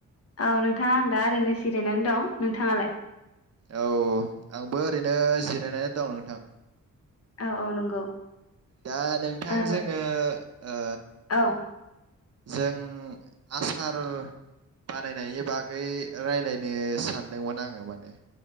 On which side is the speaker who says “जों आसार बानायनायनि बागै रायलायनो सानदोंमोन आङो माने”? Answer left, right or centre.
Right